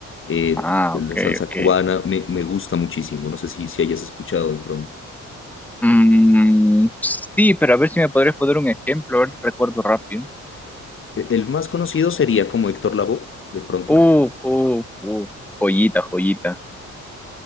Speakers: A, on the left; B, in the centre.
A: eh,
B: Ah,
A: de
B: ok,
A: la salsa
B: ok.
A: cubana, me, me gusta muchísimo. No sé si, si hayas escuchado de pronto.
B: Mm, sí, pero a ver si me podrías poner un ejemplo, a ver, recuerdo rápido.
A: E- El más conocido sería como Héctor Lavoe, de pronto.
B: Uh, uh, uh, joyita, joyita.